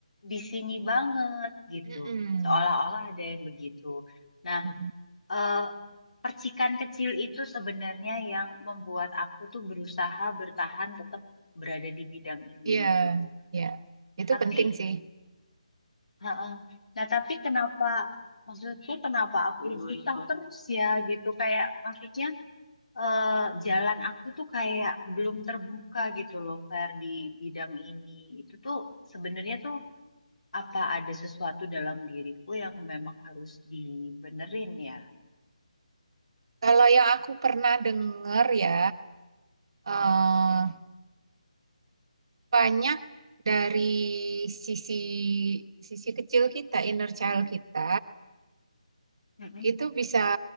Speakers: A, on the left; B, on the right.
A: di sini banget gitu.
B: Mm-mm.
A: Seolah-olah ada yang begitu. Nah,
B: Mm-mm.
A: eh, percikan kecil itu sebenarnya yang membuat aku tuh berusaha bertahan tetap berada di bidang ini
B: Iya,
A: gitu.
B: iya. Itu
A: Tapi,
B: penting sih.
A: Heeh. nah tapi kenapa, maksudku kenapa aku susah terus ya gitu. Kayak maksudnya eh, jalan aku tuh kayak belum terbuka gitu loh, Fer, di bidang ini. Itu tuh sebenarnya tuh apa ada sesuatu dalam diriku yang memang harus dibenerin ya?
B: Kalau yang aku pernah dengar ya, eh, banyak dari sisi sisi kecil kita, inner child kita,
A: Mm-mm.
B: itu bisa